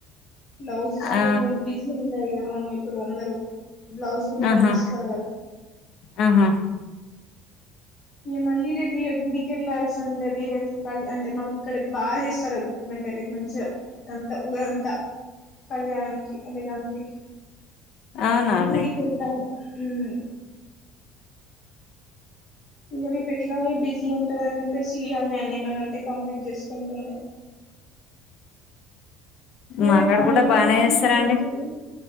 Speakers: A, on the left; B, on the left.
A: బ్లౌజస్ గుట్కు
B: ఆ
A: బిజ ైగ మమ్మీ ఇప్పుడు అందరు బ్లౌజ్ గుట్టనీకి
B: ఆహా
A: ఇస్తారు కదా
B: ఆహా
A: ఇగా మళ్ళీ రేపు ఇగా గుడికి వెళ్లాాల్సి ఉంటది రేపు క అంటే మాకు ఇక్కడ బాగా చేస్తారు అంటే లైక్ మంచిగా అంత ఊరంతా కళ్యాణంకి అ అందరికి
B: అవునా అండి
A: గుడికిె వెళ్తా ఉమ్ ఇంకా రేప్ ఎట్లాి బిజీ ఉంటందని చెప్పేసి ఇయళని అన్న ఏమనాంటే కంప్లీట్ చేసుకుంటుంది ఇంకా
B: మాకాడ
A: రేపు మార్నింగ
B: కూడా బానే
A: ఏ లేసి
B: చేస్తారండి
A: గడికి వెళ్ళి